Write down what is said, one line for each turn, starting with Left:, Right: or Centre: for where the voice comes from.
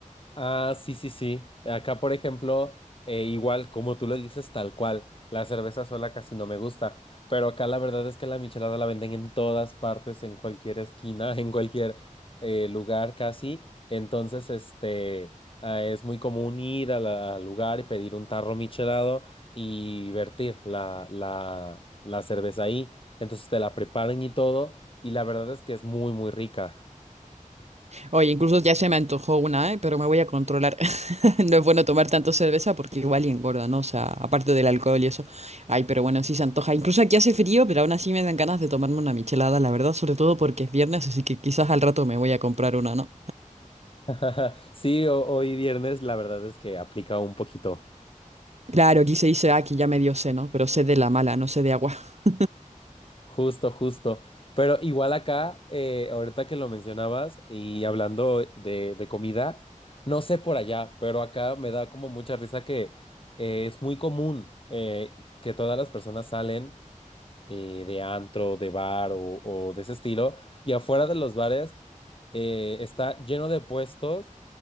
Left: Ah, sí, sí, sí. Acá, por ejemplo, eh, igual, como tú lo dices, tal cual. La cerveza sola casi no me gusta. Pero acá la verdad es que la michelada la venden en todas partes, en cualquier esquina, <laughs> en cualquier eh, lugar casi. Entonces, este, ah, es muy común ir a la- al lugar y pedir un tarro michelado y vertir la, la la cerveza ahí. Entonces te la preparan y todo. Y la verdad es que es muy, muy rica.
Right: Oye, incluso ya se me antojó una, ¿eh? Pero me voy a controlar. <laughs> No es bueno tomar tanto cerveza porque igual y engorda, ¿no? O sea, aparte del alcohol y eso. Ay, pero bueno, sí se antoja. Incluso aquí hace frío, pero aún así me dan ganas de tomarme una michelada, la verdad, sobre todo porque es viernes, así que quizás al rato me voy a comprar una, ¿no?
Left: <laughs> Sí, ho- hoy viernes la verdad es que aplica un poquito.
Right: Claro, aquí se dice, ah, aquí ya me dio sed, ¿no? Pero sed de la mala, no sed de agua. <laughs>
Left: Justo, justo. Pero igual acá, eh, ahorita que lo mencionabas y hablando de, de comida, no sé por allá, pero acá me da como mucha risa que eh, es muy común eh, que todas las personas salen eh, de antro, de bar o, o de ese estilo, y afuera de los bares eh, está lleno de puestos